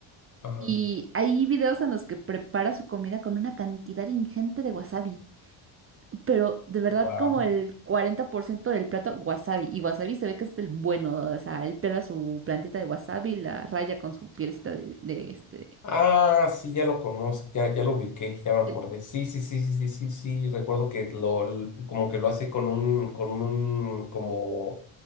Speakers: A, on the left; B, on the right.
A: Ajá.
B: Y hay videos en los que prepara su comida con una cantidad ingente de wasabi. Pero de verdad
A: wow
B: como el 40% del plato wasabi. Y wasabi se ve que es el bueno. O sea, él pela su plantita de wasabi, la raya con su pielecita de, de este
A: Ah, sí, ya lo conozco, ya, ya lo ubiqué, ya me acordé.
B: Eh,
A: Sí, sí, sí, sí, sí, sí, sí. Recuerdo que lo, l- como que lo hace con un, con un, como,